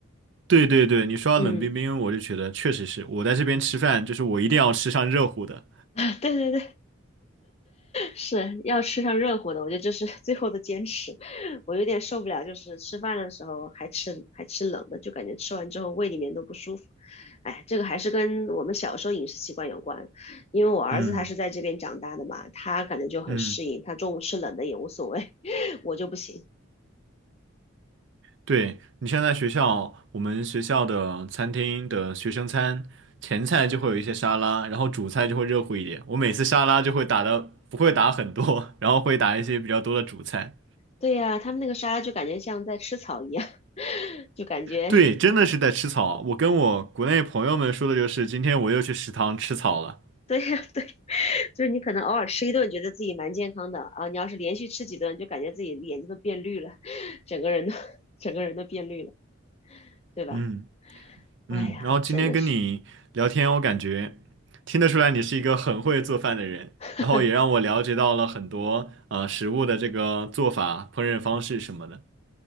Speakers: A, on the right (about 60°); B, on the left (about 30°).
A: 对对对，你说到冷冰冰，
B: 嗯，
A: 我就觉得确实是我在这边吃饭，就是我一定要吃上热乎的。
B: <laughs> 对对对，是要吃上热乎的，我觉得这是 <laughs> 最后的坚持。我有点受不了，就是吃饭的时候还吃还吃冷的，就感觉吃完之后胃里面都不舒服。哎，这个还是跟我们小时候饮食习惯有关，因为我儿子他是在这边长大的嘛，
A: 嗯
B: 他感觉就很适应，
A: 嗯。
B: 他中午吃冷的也无所谓，<laughs> 我就不行。
A: 对，你像在学校，我们学校的餐厅的学生餐，前菜就会有一些沙拉，然后主菜就会热乎一点。我每次沙拉就会打的不会打很多，<laughs> 然后会打一些比较多的主菜。
B: 对呀，他们那个沙拉就感觉像在吃草一样，<laughs> 就感觉
A: 对，真的是在吃草。我跟我国内朋友们说的就是，今天我又去食堂吃草了。
B: <laughs> 对呀，对，<laughs> 就是你可能偶尔吃一顿，觉得自己蛮健康的啊。你要是连续吃几顿，就感觉自己眼睛都变绿了，<laughs> 整个人都 <laughs> 整个人都变绿了，对吧？
A: 嗯
B: 哎呀，
A: 嗯，然后今天跟你聊天，
B: 真的是，
A: 我感觉听得出来你是一个很会做饭的人，
B: <laughs>
A: 然后也让我了解到了很多呃食物的这个做法、烹饪方式什么的。